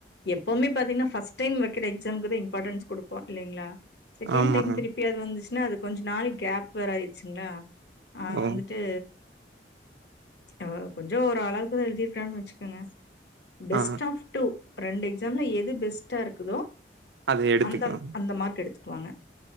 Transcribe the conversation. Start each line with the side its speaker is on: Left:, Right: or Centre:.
Left: எப்பவ்மே பாத்தீங்னா ஃபஸ்ட் டைம் வெக்கிற எக்ஸாம்க்கு தா இம்பாட்டன்ஸ் குடுப்போ இல்லைங்ளா செகண்ட்
Right: ஆமாங்க.
Left: டைம் திருப்பி அது வந்துஸ்னா அது கொஞ்ச நாள் கேப் வேற ஆயிர்ச்சுங்ளா ஆ
Right: ஓ!
Left: வந்துட்டு அ கொஞ்சோ ஒரு அளவுக்குதா எழுதிருக்கிறான் வச்சுக்கங்க பெஸ்ட்
Right: ஆ
Left: ஆஃப் டூ ரெண்டு எக்ஸாம்ல எது பெஸ்ட்டா இருக்குதோ
Right: அத எடுத்துக்கலாம்.
Left: அந்த அந்த மார்க் எடுத்துக்வாங்க